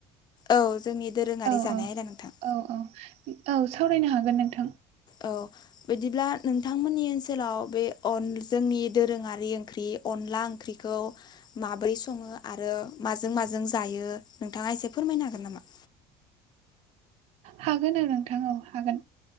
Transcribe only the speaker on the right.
औ
औ
औ औ औ सावरायनो हागोन नोंथां।
हागोन औ नोंथां औ हागोन